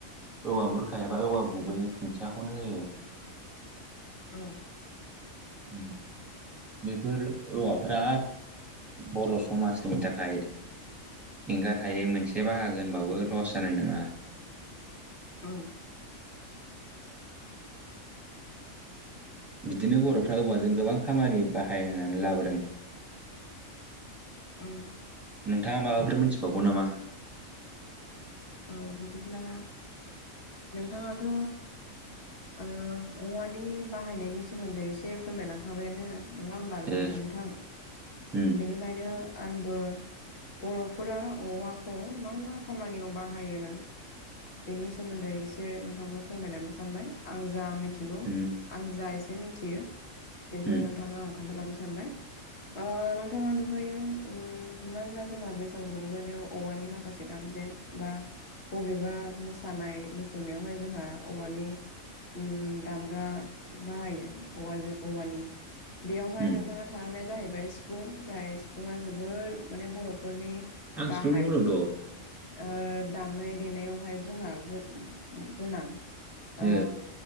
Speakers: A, in the centre; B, on the left (about 55°).
A: औवा बुरखा एबा औवा गुबैनि खुन्थियाखौनो होयो।
B: औ।
A: उम। बेफोर औवाफोरा बर' समाजनि थाखाय एंगार हायै मोनसे बाहागोन होनबावो। लस जानाय नङा।
B: औ।
A: बिदिनो बर'फ्रा औवाजों गोबां खामानि बाहायनानै लाबोदों।
B: ओ।
A: नोंथाङा माबाफोर मोनथिबावगौ नामा?
B: औ बिदिब्ला नोंथाङाथ' ओ औवानि बाहायनायनि सोमोन्दै एसे फोरमायलांखाबायानो। नङा होमब्ला?
A: ए
B: नों-नोंथां
A: उम
B: बेनिखाय ओंखायनो आंबो बर'फोरा औवाखौ मा मा खामानियाव बाहाय बेनि सोमोन्दै एसे नोंथांनो फोरमायलांनो सानबाय। आं जा मिथिगौ,
A: उम
B: आं जा एसे मिथियो बेखौ
A: उम
B: नोंथांनो आं खोन्थालांनो सानबाय। ओ नोंथाङा दहायो उम हमनानै ला जोंहा बैसागु रंजानायाव औवानि माखासे दामजें बा बबेबा मोसानाय मुसुरनायावहाय जोंहा औवानि उम दामग्रा बाहायो औवाजों-औवानि। बेयावहाय
A: उम
B: नोंथांना थालांनाया जाहैबाय सिफुं, जाय सिफुंआ जोबोर माने बर'फोरनि
A: आं
B: गाहाय
A: सिफुं बुंदोंथ'।
B: ओ दामनाय देनायावहाय जोंहा गोनां।
A: ए।
B: ओ